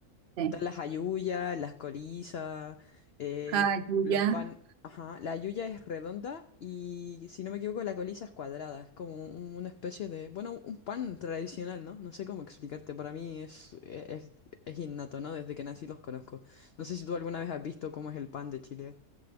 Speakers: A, on the right; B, on the left.
A: Sí.
B: Están las halluyas, las corizas, eh,
A: Hallyu
B: los, los
A: ya.
B: pan. Ajá, la halluya es redonda y si no me equivoco, la coliza es cuadrada. Es como un- una especie de, bueno, un pan tradicional, ¿no? No sé cómo explicarte. Para mí es, es, es innato, ¿no? Desde que nací los conozco. No sé si tú alguna vez has visto cómo es el pan de Chile.